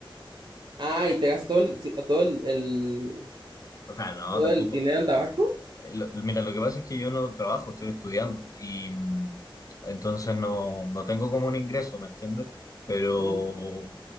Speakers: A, on the right; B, on the left.
A: Ah, ¿y te gastas todo el, sí, todo el, el-
B: O sea, no,
A: todo
B: tampoco.
A: el dinero en tabaco?
B: Lo- mira, lo que pasa es que yo no trabajo, estoy estudiando y mm, entonces no, no tengo como un ingreso, ¿me entiendes? Pero
A: Ujú.